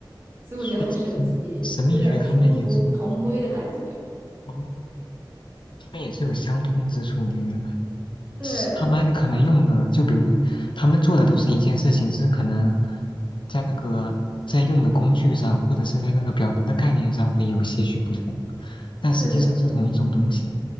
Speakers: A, on the right; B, on the left.
A: 所以我觉得很神奇，
B: 所以其实神秘学他们也是，
A: 有点殊途同归的感觉。
B: 哦。他们也是有相通之处的，原来
A: 对
B: 只是他们可能用的，就比如他们做的都是一件事情，只是可能在那个在用的工具上，或者是在那个表达的概念上会有些许不同，但实际上是同一种东西
A: 对对对，